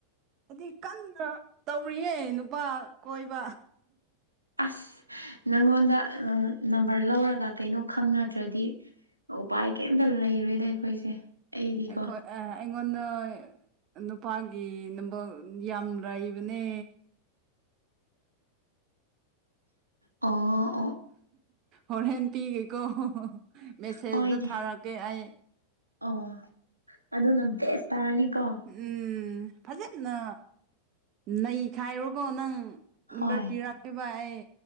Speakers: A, on the right; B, on the right.
A: ꯑꯗꯨꯗꯤ ꯀꯟꯅ ꯇꯧꯔꯤꯌꯦ ꯅꯨꯄꯥ ꯀꯣꯏꯕ
B: ꯑꯁ ꯅꯪꯉꯣꯟꯗ ꯅꯝꯕꯔ ꯂꯧꯔꯒ ꯀꯩꯅꯣ ꯈꯪꯅꯗ꯭ꯔꯗꯤ ꯎꯄꯥꯏ ꯀꯩꯝꯇ ꯂꯩꯔꯣꯏꯗ ꯑꯩꯈꯣꯏꯁꯦ ꯑꯩꯗꯤꯀꯣ
A: ꯑꯩꯈꯣꯏ ꯑꯩꯉꯣꯟꯗ ꯅꯨꯄꯥꯒꯤ ꯅꯝꯕ ꯌꯥꯝ ꯂꯥꯏꯕꯅꯦ
B: ꯑ
A: ꯍꯣꯔ ꯍꯦꯟ ꯄꯤꯒꯦꯀꯣ ꯃꯦꯁꯦꯖꯇ
B: ꯍꯣꯏꯅꯦ
A: ꯊꯥꯔꯛꯀꯦ ꯑꯩ
B: ꯑꯣ ꯑꯗꯨꯅ ꯕꯦꯁ ꯇꯥꯔꯅꯤꯀꯣ
A: ꯎꯝ ꯐꯖꯅ ꯅꯩ ꯈꯥꯏꯔꯣꯒꯣ ꯅꯪ
B: ꯍꯣꯏ
A: ꯝꯕꯔ ꯄꯤꯔꯛꯇꯕ ꯑꯩ